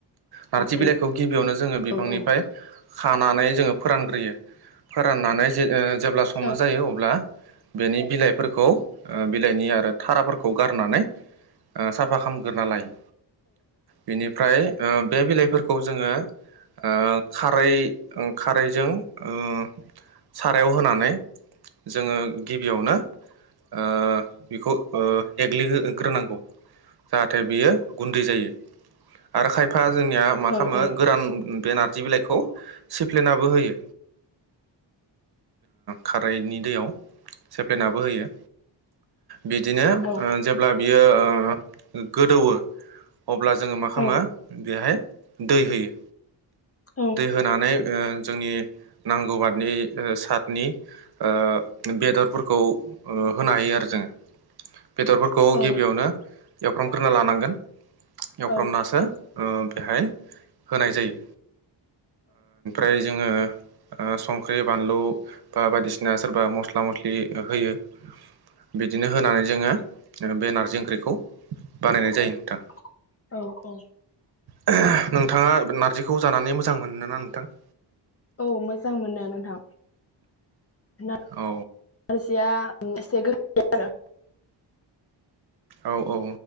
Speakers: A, on the right; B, on the left.
A: नार्जि
B: औ जायो
A: बिलाइखौ गिबियावनो जोङो बिफांनिफाय
B: औ औ
A: खानानै जोङो फोरानग्रोयो फोराननानै जे जेब्ला संनो
B: औ
A: जायो। अब्ला बेनि बिलाइफोरखौ ओ बिलाइनि आरो थाराफोरखौ गारनानै साफा ओ खालामग्रोना लायो। बेनिफ्राय ओ बे बिलाइफोरखौ जोङो। ओ खारै खारैजों ओ सारायाव होनानै जोङो गिबियावनो ओ बेखौ ओ एग्लिग्रोनांगौ जाहाथे बियो गुन्दै जायो आरो खायफा जोंनिया मा
B: औ
A: खालामो
B: औ
A: गोरान बे नारजि बिलाइखौ सिब सेप्लेनाबो होयो खारैनि दैयाव सेप्लेनाबो होयो। बिदिनो ओ
B: औ
A: जेब्ला बियो ओ ओ गोदौवो अब्ला जोङो मा खालामो
B: औ
A: बेहाय दै होयो
B: औ
A: दै होनानै ओ जोंनि नांगौ बादनि सतनि ओ बेदरफोरखौ होनो हायो आरो जोङो। बेदरफोरखौ
B: औ
A: गिबियावनो एवफ्रांमग्रोना लानांगोन एवफ्रांमनासो
B: औ
A: ओ बेहाय होनाय जायो ओ जोङो ओ संख्रि बानलु बा बायदिसिना सोरबा मस्ला मस्लि होयो बिदिनो होनानै जोङो ओ बे नारजि ओंख्रिखौ बानायनाय जायो
B: औ
A: नोंथां
B: औ औ
A: <unintelligible> ओ नोंथाङा नारजिखौ जानानै मो मोजां मोननो ना नोंथां <inaudible>
B: औ मोजां मोनो नोंथां नार्जिया
A: औ
B: एसे गो-खा आरो
A: औ औ